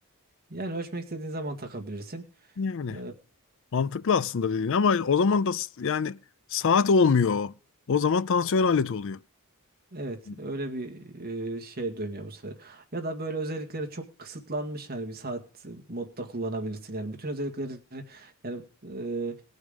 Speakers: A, on the right (about 45°); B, on the left (about 60°).
A: Yani ölçmek istediğin zaman takabilirsin.
B: Yani
A: E,
B: mantıklı aslında dediğin ama o zaman da s- yani saat olmuyor o. O zaman tansiyon aleti oluyor.
A: Evet,
B: Hı
A: öyle bir e, şey dönüyor bu sefer. Ya da böyle özellikleri çok kısıtlanmış yani bir saat modda kullanabilirsin. Yani bütün özellikleri yani e,